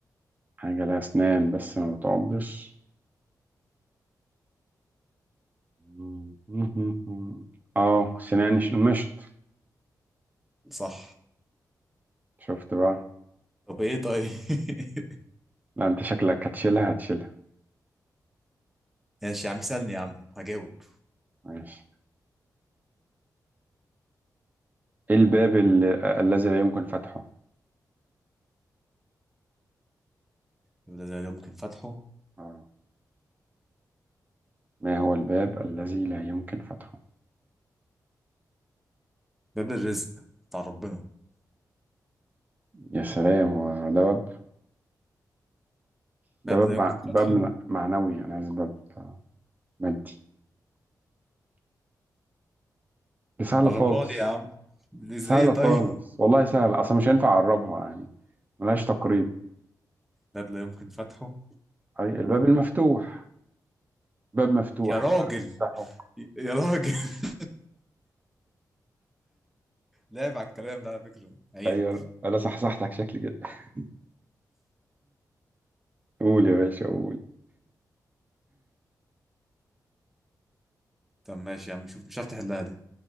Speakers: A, on the right (about 25°); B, in the centre.
A: حاجة لها اسنان بس ما بتعضش <laughs> اه سناني ش- مشط
B: صح
A: شفت بقى
B: طب إيه طيب <laughs>
A: لا انت شكلك هتشيلها هتشيلها
B: ماشي يا عم سألني يا عم هجاوب
A: ماشي ايه الباب ال- الذي لا يمكن فتحه
B: باب لا يمكن فتحه
A: اه ما هو الباب الذي لا يمكن فتحه
B: باب الرزق بتاع ربنا
A: يا سلام هو ده باب ده
B: باب
A: باب
B: لا
A: مع...
B: يمكن فتحه
A: باب مع- معنوي انا عايز باب مادي دي سهلة
B: قربها
A: خالص
B: لي يا عم ازاي
A: سهلة
B: طيب
A: خالص والله سهلة أصلا مش هينفع أقربها يعني ملهاش تقريب
B: ده اللي يمكن فتحه
A: أي الباب المفتوح باب مفتوح
B: يا راجل
A: هتعرف تفتحه
B: يا راجل <laughs> لعب على الكلام ده على فكرة عيب
A: ايوه انا صحصحتك شكلي كده <laughs> قول يا باشا قول
B: طب ماشي يا عم شوف مش عارف تحلها دي